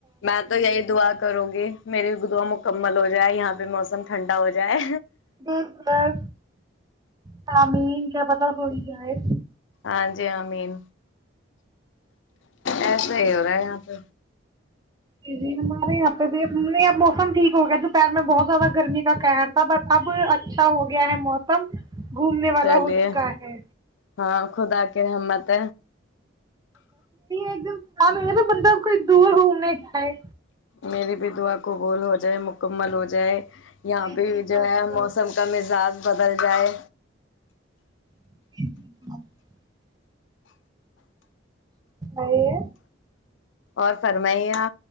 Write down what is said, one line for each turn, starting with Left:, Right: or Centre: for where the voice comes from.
Left: میں تو یہی دعا کروں گی میری دعا مک مکمل ہو جائے یہاں پہ موسم ٹھنڈا ہو جائے
Right: د سر تمین کیا پت تھوڑی کیا ہے
Left: ہاں جی ہاں مین ایسا ہی ہو رہا ہے یہاں پ
Right: جی جی ہمارے یہاں پہ بھی نہیں اب موسم ٹھیک ہو گیا دوپہر میں بہت زیادہ گرمی کا قہر تھا پر اب اچھا ہو گیا ہے موسم گھومنے والا
Left: چلیے
Right: ہو چکا ہے
Left: ہاں خدا کے رحمت
Right: ایک دم کام نہیں ہے تو بندہ کوئی دور گھومنے کا ہے
Left: میری بھی دعا قبول ہو جائے مکمل ہو جائے یہاں
Right: جی جی
Left: پہ بھی
Right: بس
Left: جو ہے
Right: بس
Left: موسم کا مزاج بدل جائے
Right: ج <unintelligible> آ <inaudible>
Left: اور فرمائی آ